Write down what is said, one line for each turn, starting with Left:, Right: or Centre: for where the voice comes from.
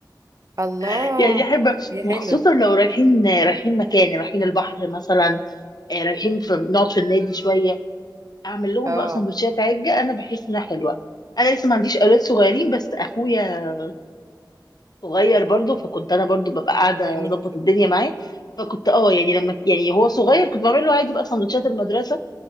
Right: الله
Left: <laughs> يعني احب
Right: دي
Left: وخصوصا
Right: حلوه
Left: لو رايحين رايحين مكان رايحين البحر مثلا آه، رايحين في نقعد في النادي شويه اعمل لهم
Right: اه
Left: بقى سندوتشات عجه انا بحس انها حلوه انا لسه ما عنديش اولاد صغيرين بس اخويا صغير برضه فكنت انا برضه ببقى قاعده
Right: تعملي
Left: اظبط الدنيا معاه فكنت اه يعني لما يعني هو صغير كنت بعمل له عادي بقى سندوتشات المدرسه